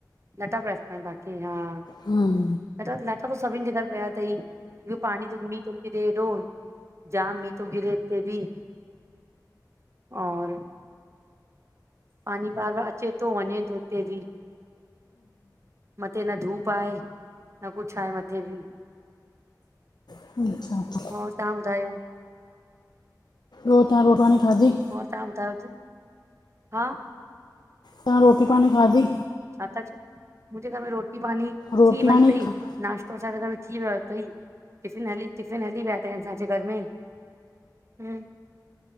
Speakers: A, on the right; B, on the left.
A: न ता <inaudible>
B: हम।
A: ला लाटा त सभिनि जे घर पिया अथईियो पाणी मींहु थोो पीरे हेॾोन जाम मीय त गिरेे बि और पानी बार अचे थो वञे थो उते बि मथे न धूप आहेए न कुझु आहे मथे बि
B: अचछा
A: ह तव्हां ॿुधायो?
B: रो तवां रोटवानी खाधी?
A: मर तव्हां ॿुधायोच, हा
B: तव्हां रोटी पाणी खाधी?
A: छा था मुंहिंजे घर में रोटी पानी
B: रोटी
A: थी वई
B: पाणी
A: तरई। नाश्तो असांजे घर में थी वियो अथई टिफ़िन हली टिफ़िन हली विया अथई असांजे घर में हम